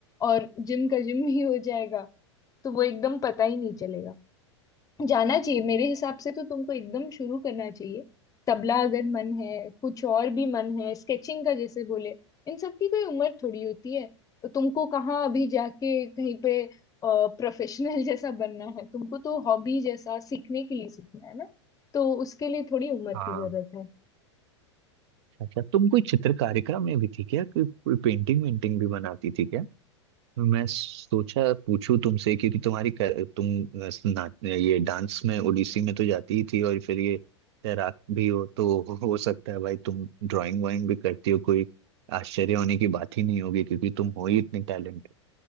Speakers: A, on the left; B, on the right.
A: और जिम का जिम ही हो जाएगा तो वो एकदम पता ही नहीं चलेगा जाना चाहिए मेरे हिसाब से तो तुमको एकदम शुरू करना चाहिए तबला अगर मन है कुछ और भी मन है स्केचिंग का जैसे बोले इन सब की कोई उम्र थोड़ी होती है तो तुमको कहाँ अभी जाके कहीं पे प्रोफेशनल <laughs> जैसा बनना है तुमको तो हॉबी जैसा सीखने के लिए सीखना है ना तो उसके लिए थोड़ी उम्र की
B: हाँ
A: जरूरत
B: अच्छा तुम कोई चित्रकारिता में भी थी क्या कोई कोई पेंटिंग वेंटिंग भी बनाती थी क्या मैं सोचा पूछूं तुमसे क्योंकि तुम्हारी कर, तुम अ, ना, ये डांस में ओडिसी में तो जाती ही थी और फिर ये तैराक भी हो तो हो सकता है भाई तुम ड्राइंग वाइंग भी करती हो कोई आश्चर्य होने की बात ही नहीं होगी क्योंकि तुम हो ही इतनी टैलेंटेड